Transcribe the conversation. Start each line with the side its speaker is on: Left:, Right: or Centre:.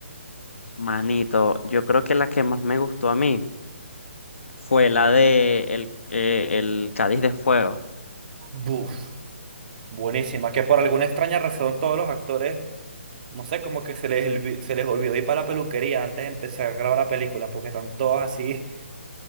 Left: manito, yo creo que la que más me gustó a mí fue la de el, eh, el Cádiz de Fuego.
Right: Buf, buenísima, que por alguna extraña razón todos los actores, no sé, como que se les, olvi- se les olvidó ir para la peluquería antes de empezar a grabar la película, porque están todos así